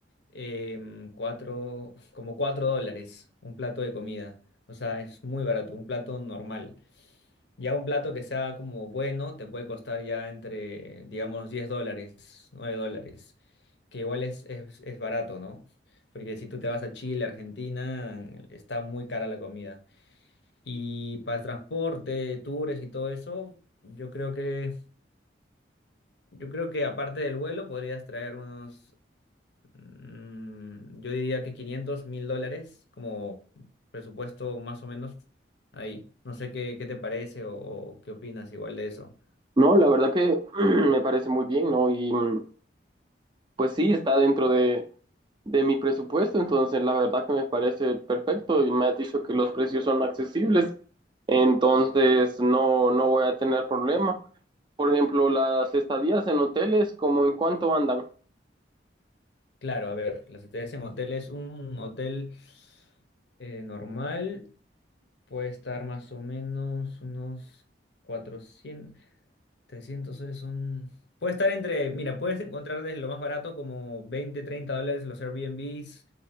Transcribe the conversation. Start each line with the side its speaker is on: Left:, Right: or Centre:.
Left: em, cuatro, como cuatro dólares, un plato de comida. O sea, es muy barato, un plato normal. Ya un plato que sea como bueno te puede costar ya entre, digamos, 10 dólares, 9 dólares, que igual es, es, es barato, ¿no? Porque si tú te vas a Chile, Argentina, está muy cara la comida. Y para transporte, tours y todo eso, yo creo que, yo creo que aparte del vuelo podrías traer unos, mm, yo diría que quinientos mil dólares como presupuesto más o menos ahí. No sé qué, qué te parece o o qué opinas igual de eso.
Right: No, la verdad que <clears throat> me parece muy bien, ¿no? Y, mm, pues sí, está dentro de, de mi presupuesto, entonces la verdad que me parece perfecto y me has dicho que los precios son accesibles, entonces no, no voy a tener problema. Por ejemplo, las estadías en hoteles, ¿como en cuánto andan?
Left: Claro, a ver, las estrellas en hotel es un hotel eh, normal, puede estar más o menos unos 400. 300 soles son... Puede estar entre, mira, puedes encontrar desde lo más barato como 20, 30 dólares los Airbnbs